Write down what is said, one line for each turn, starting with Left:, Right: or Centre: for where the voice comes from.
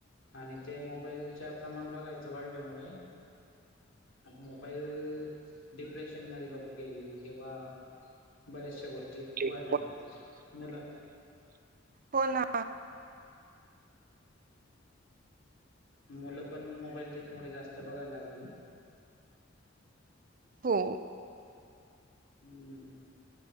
Left: आणि ते मोबाईलच्या प्रमाण बघायचं वाढल्या मु म मोबाईल डिप्रेशन मध्ये लोक गेली किंवा बऱ्याचशा गोष्टी
Right: ठीक
Left: व्हायला लागलं, त्याच्या मुलं
Right: होना.
Left: मुलं पण मोबाईल त्याच्यामुळे जास्त बघायला लागले.
Right: हो.
Left: हम्म.